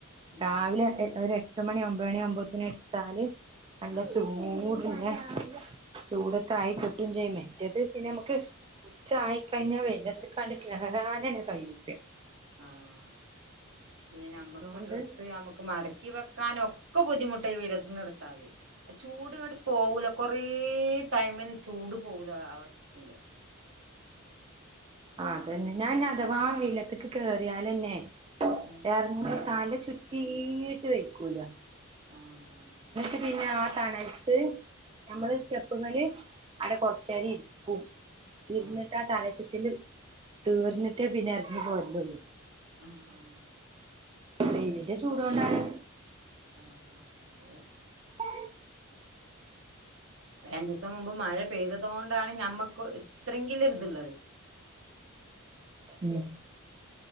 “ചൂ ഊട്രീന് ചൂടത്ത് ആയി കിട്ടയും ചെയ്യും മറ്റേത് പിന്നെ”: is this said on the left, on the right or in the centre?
Right